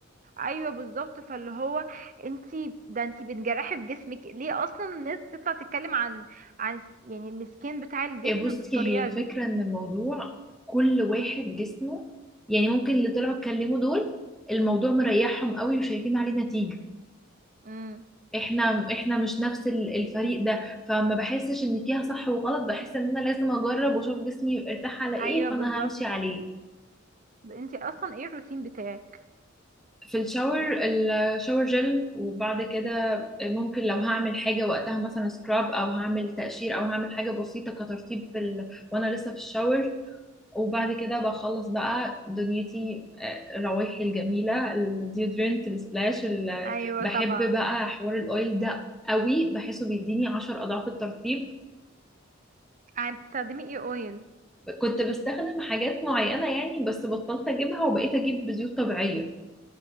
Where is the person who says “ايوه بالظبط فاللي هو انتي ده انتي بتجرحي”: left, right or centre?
Right